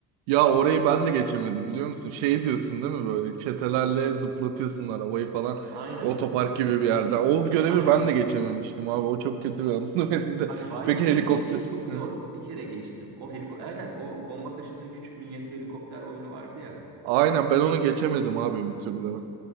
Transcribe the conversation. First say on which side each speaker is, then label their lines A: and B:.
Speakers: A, on the right (about 70°); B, on the right (about 55°).
A: Ya orayı ben de geçemedim biliyor musun? Şey diyorsun değil mi böyle çetelerle zıplatıyorsun arabayı falan.
B: Aynen.
A: Otopark gibi bir yerde. O görevi
B: Aynen.
A: ben de geçememiştim abi. O çok kötü bir anımdı <laughs> benim de.
B: Bak Vibes'te
A: Peki helikopter...
B: de şeyi çok
A: Hı.
B: zor. Bir kere geçtim. O heliko aynen o bomba taşıdığın küçük minyatür helikopter oyunu vardı ya.
A: Aynen ben onu geçemedim abi bir türlü.